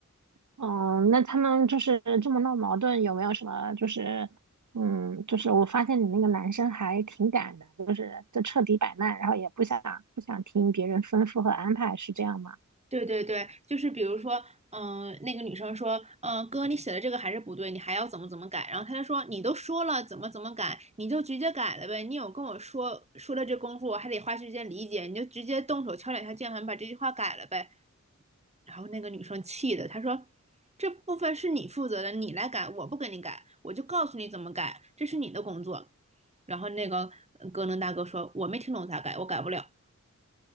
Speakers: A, on the right (about 75°); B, on the right (about 20°).
A: 哦，那他们就是这么闹矛盾，有没有什么就是，嗯，就是我发现你那个男生还挺敢的，就是就彻底摆烂，然后也不想不想听别人吩咐和安排，是这样吗？
B: 对对对，就是比如说，嗯、那个女生说，嗯、哥，你写的这个还是不对，你还要怎么怎么改？然后他就说，你都说了怎么怎么改，你就直接改了呗，你有跟我说说了这功夫，我还得花时间理解，你就直接动手敲两下键盘把这句话改了呗。然后那个女生气的，她说：“这部分是你负责的，你来改，我不给你改，我就告诉你怎么改，这是你的工作。”然后那个哥格能大哥说：“我没听懂咋改，我改不了。